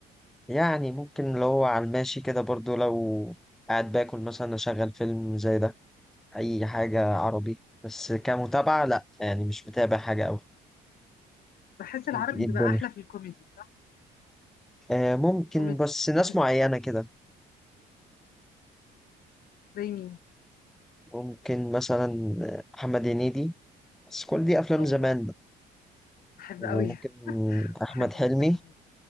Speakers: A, in the centre; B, on the left.
A: يعني ممكن لو هو على الماشي كده برضو لو قاعد باكل مثلا أشغل فيلم زي ده اي حاجة عربي بس كمتابعة لا يعني مش متابع حاجة اوي
B: بحس العربي
A: انت ايه
B: بيبقى
A: الدنيا
B: احلى في الكوميدي صح
A: آه ممكن
B: الكوميدي
A: بس ناس
B: الكوميدي
A: معينة
B: حلو
A: كده
B: زي مين
A: ممكن مثلا آه، محمد هنيدي بس كل دي افلام
B: اه
A: زمان بقى.
B: بحب
A: وممكن
B: قوي <laughs>
A: احمد
B: بحبه
A: حلمي
B: جدا هنيدي.